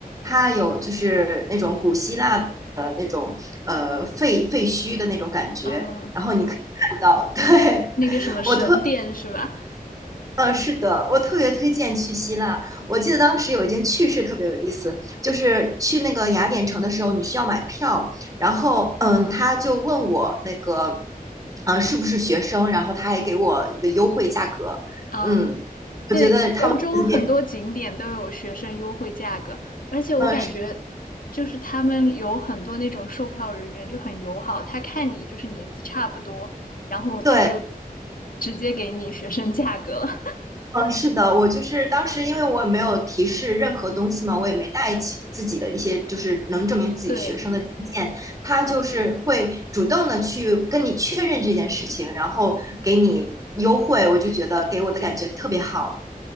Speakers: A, on the right; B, on the left.
A: 它有就是那种古希腊的那种呃废废墟的那种感觉，
B: 嗯、
A: 然后你可以看到，<laughs> 对
B: 那个什么神殿是吧？
A: 我特嗯，是的，我特别推荐去希腊。我记得当时有一件趣事特别有意思，就是去那个雅典城的时候，你需要买票，然后嗯，他就问我那个，嗯，是不是学生，然后他还给我一个优惠价格，
B: 嗯、
A: 嗯，我觉得他们那边，
B: 对，欧洲很多景点都有学生优惠价格，而且我感觉就是他们有很多那种售票人员就很友好，
A: 嗯，是
B: 他看你就是年纪差不多，然后他就
A: 对，
B: 直接给你学生价格了。<laughs>
A: 嗯，是的，我就是当时因为我也没有提示任何东西嘛，我也没带起自己的一些就是能证明自己学生的证件，
B: 对，
A: 他就是会主动的去跟你确认这件事情，然后给你优惠，我就觉得给我的感觉特别好。